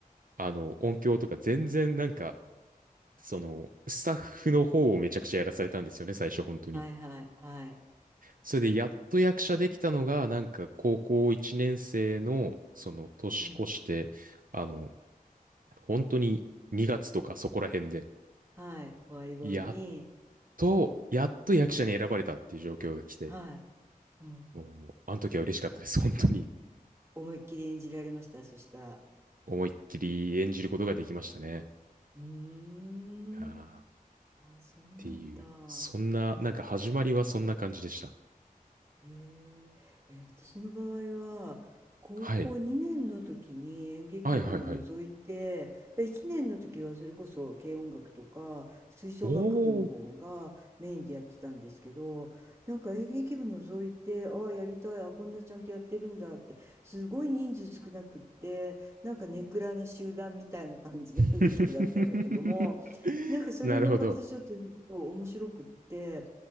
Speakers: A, on the right; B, on the right.
A: あの、音響とか、全然なんか、その、スタッフの方をめちゃくちゃやらされたんですよね、最初、本当に。
B: はいはいはい。
A: それで、やっと役者できたのが、なんか、高校1年生の、その、年越して、
B: うん。
A: あの、本当に2月とかそこら辺で、
B: はい。終わり頃に、
A: やっと、やっと役者に選ばれたっていう状況が来て、
B: うん。はい。うん。
A: もう、あの時は嬉しかったです。<laughs> 本当に。
B: 思いっきり演じられました？そしたら。
A: 思いっきり演じることができましたね。
B: うーん。
A: あーっ
B: ああ、そうなんだ。
A: ていう。そんな、なんか始まりはそんな感じでした。
B: へえ、え、私の場合は、高校2年の時に演劇部除いて、
A: はい。はいはいはい。
B: で1年の時はそれこそ軽音楽とか吹奏楽部の方がメインでやってたんですけど、
A: おー。
B: なんか演劇部除いて、ああ、やりたい、あ、こんなちゃんとやってるんだって、すごい人数少なくって、なんかネクラな集団みたいな感じの演劇部だったんだけども、
A: <laughs>
B: なんかそれがまたちょっとねそう面白くって、
A: なるほど。